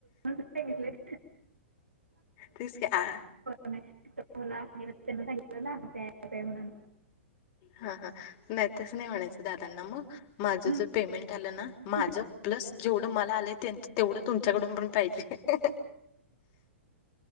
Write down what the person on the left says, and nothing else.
तेच की आ
हा हा नाही तसं नाही म्हणायचं दादांना मग माझ
ज पेमेंट आलं ना
माझं प्लस जेवढं मला आलं तेवढं तुमच्याकडून पण पाहिजे. ह्अ